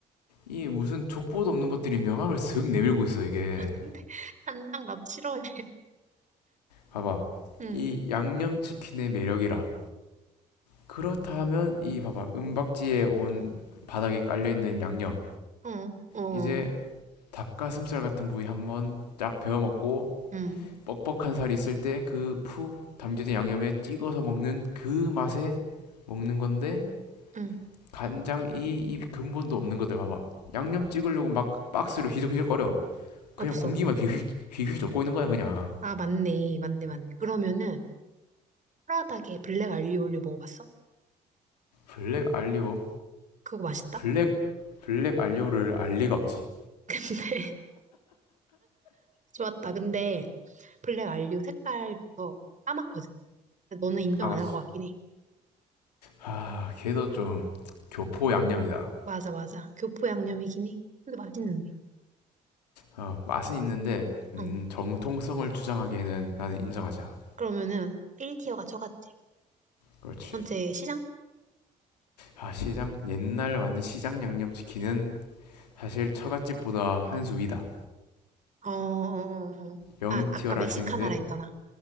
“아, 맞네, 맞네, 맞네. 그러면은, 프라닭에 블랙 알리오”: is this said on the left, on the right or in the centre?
Right